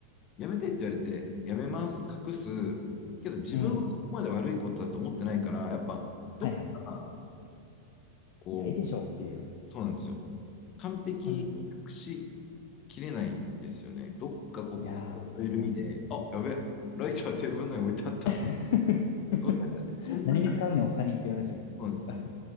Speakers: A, on the left; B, on the left.
A: やめてって言われて、やめます、隠す、けど自分はそこまで悪いことだと思ってないから、
B: うん。
A: やっぱ、どっか、
B: はいはい。
A: こう、
B: いや、いいでしょうっていう。
A: そうなんですよ。完璧に隠し
B: わかりますよ。
A: きれないですよね。どっかここ、
B: いやー、
A: ここの緩みで、
B: わかります。
A: あ、やべ、ライターテーブルの上に置いてあったみたいな。
B: <laughs>
A: そんな、そんな感じ
B: 何に使うねん、他にって話しますね。
A: なんですよ。
B: <laughs>